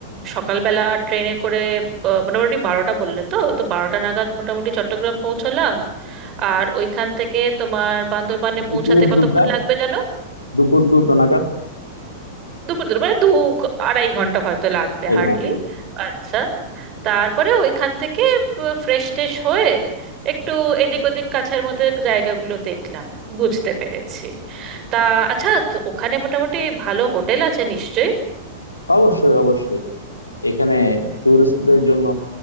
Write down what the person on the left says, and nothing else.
দুপুর
দুটা
দুপুর দুটো নাগাদ
পায়খানা
চলে যাই।
অবশ্যই অবশ্যই এখানে ট্যুরিস্টদের জন্য